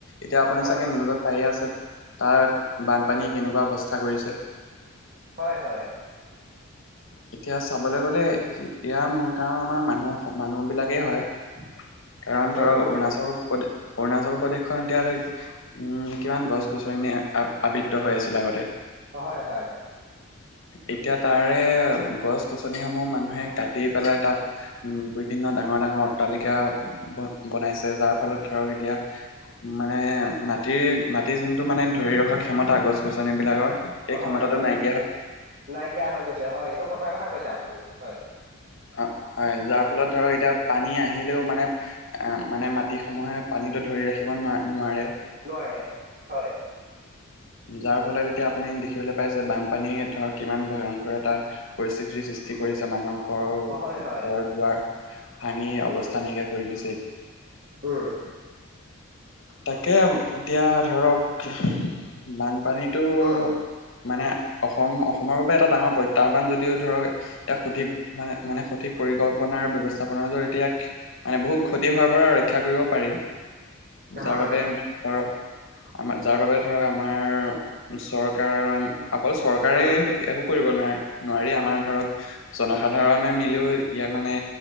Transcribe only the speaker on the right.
হয়
হয়, হয়।
<inaudible>
উম
অ', হয়, হয়।
হয়
হয়
নাইকিয়া হৈ গৈছে, হয়। এইটো সঁচা কথা কৈছে আপুনি, হয়।
নোৱাৰে হয়
হয় হয়
উম
উম।
উম
হয়
উম